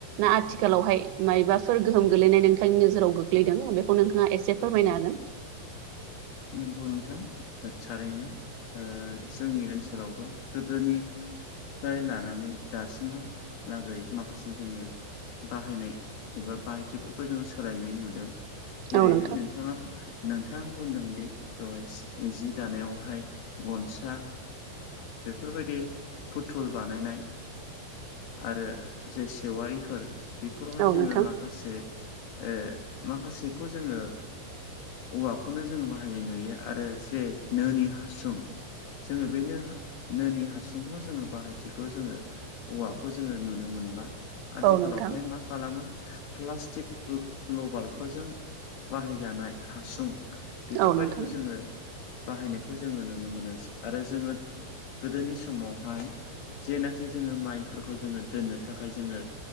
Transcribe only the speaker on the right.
ना आथिखालावहाय मायबाफोर गोहोम गोलैनाय नोंथांनि नोजोराव गोग्लैदों बेखौ नोंथाङा एसे फोरमायनो हागोन। <unintelligible>
हागोन
औ नोंथां औ
नोंथां
औ नोंथां
औ नोंथां